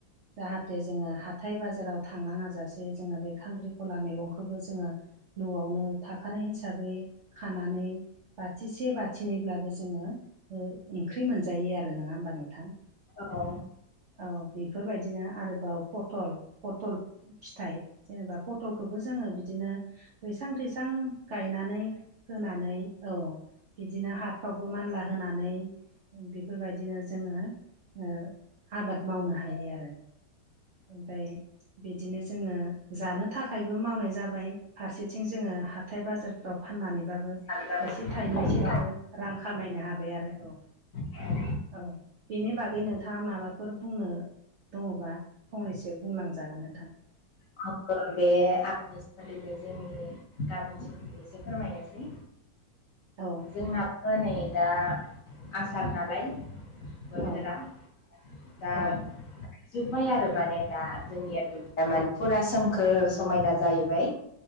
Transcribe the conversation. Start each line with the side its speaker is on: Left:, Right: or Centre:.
Right: जाहाथे जोङो हा थाय बाजाराव थांनाङा जासे जोङो बे खांख्रिखला मैगंखौबो जोङो न'आवनो थाखानाय हिसाबै खानानै बाथिसे बाथिनै ब्लाबो जोङो ओ-ओंख्रि मोनजायो आरो नङा होमबा नोंथां
Left: औ
Right: औ बेफोरबायदिनो आरोबाव पटल पटल फिथाइ जेनेबा पटलखौबो जोङो बिदिनो बैसां थैसां गायनानै होनानै औ बिदिनो हाब फ्रावबो मानला होनानै बिफोरबायदिनो जोङो ओ आबाद मावनो हायो आरो ओमफ्राय बिदिनो जोङो जानो थाखायबो मावनाय जाबाय फारसेथिं जोङो हाथाय बाजार फाननानैबाबो
Left: खायसेबाबो
Right: थाइसे थाइनैबाबो
Left: खायसे
Right: रां खामायनो हाबाय आरो औ
Left: थायो
Right: औ बेनि बागै नोंथाङा माबाफोर बुंनो दङबा फंनैसो बुंलांजागोन नोंथां
Left: <unintelligible> सोमोन्दैनो जोंनि गामिनि सोमोन्दै एसे फोरमायनोसै
Right: औ
Left: जोंनाबो नै दा आसार नालाय बोथोरा
Right: औ
Left: दा
Right: औ
Left: जोबबाय आरो माने दा जोंनिया दुब्लिया माने फुरा सोमखोर समायना जाहैबाय